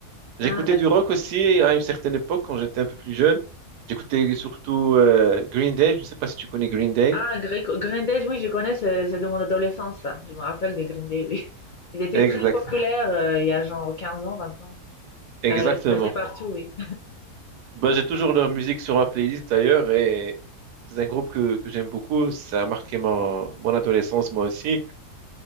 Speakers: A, on the right (about 80°); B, on the left (about 75°).
A: J'écoutais
B: Ah d'accord.
A: du rock aussi à une certaine époque, quand j'étais un peu plus jeune. J'écoutais surtout euh, Green Day. Je ne sais pas si tu connais Green Day.
B: Ah, Gré- Green Day, oui, je connais, c'est c'est de mon adolescence, ça. Je me rappelle des Green Day, oui. Ils étaient
A: Exact,
B: très populaires euh, il y a genre 15 ans, 20 ans.
A: exactement.
B: Ça passait partout, oui.
A: Bah, j'ai toujours leur musique sur ma playlist d'ailleurs et c'est un groupe que, que j'aime beaucoup. Ça a marqué mon, mon adolescence moi aussi.